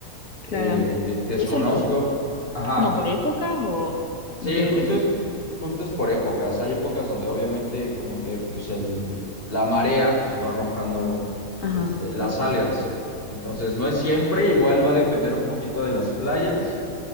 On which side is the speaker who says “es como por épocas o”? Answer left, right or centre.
Left